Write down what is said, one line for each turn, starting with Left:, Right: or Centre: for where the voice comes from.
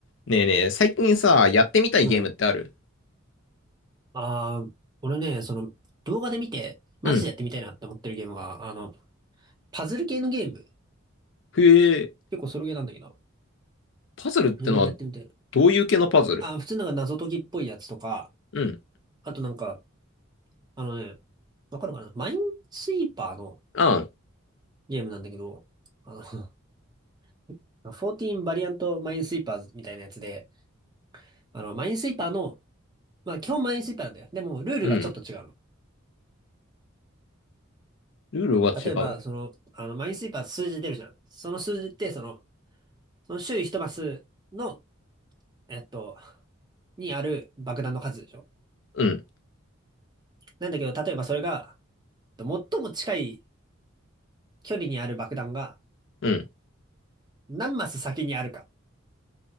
Left: ねえねえ、最近さ、やってみたいゲームってある
Right: うん。ああ、俺ね、その、動画で見て、マジでやってみたいなって思ってるゲームが、
Left: うん。
Right: あの、パズル系のゲーム。
Left: へえ、
Right: 結構ソロゲーなんだけど、
Left: パズルってのは、
Right: いろいろやってみたいな。
Left: どういう系のパズル
Right: あー、普通なんか謎解きっぽいやつとか、
Left: うん。
Right: あとなんか、あのね、わかるかなマインスイーパーの
Left: あん。
Right: ゲームなんだけど、あの、<laughs> 14バリアントマインスイーパーズみたいなやつで、あの、マインスイーパーの、まあ基本マインスイーパーなんだよ。でも、ルールがちょっと違うの。
Left: うん。ルールは違う。
Right: 例えば、その、あの、マインスイーパー数字出るじゃん。その数字って、その、その周囲一マスのえっと、にある爆弾の数でしょ。
Left: うん。
Right: なんだけど、例えばそれが、最も近い距離にある爆弾が
Left: うん。
Right: 何マス先にあるか